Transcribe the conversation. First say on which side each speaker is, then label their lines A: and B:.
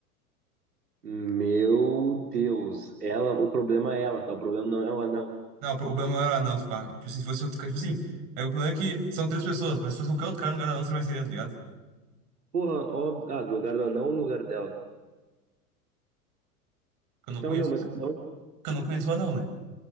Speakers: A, on the right (about 80°); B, on the right (about 45°).
A: Meu Deus. Ela, o problema é ela, tá? O problema não é o anão.
B: Não, o problema não era o anão, se pá. Tipo assim, se fosse outro cara, tipo assim, é, o problema é que são três pessoas, mas se fosse qualquer outro cara no lugar do anão, seria mais sereno, tá ligado?
A: Porra, óbvio. Ah, do lugar do anão ou no lugar dela.
B: que eu não
A: Então,
B: conheço.
A: meu, mas da onde,
B: que eu não conheço o anão, né?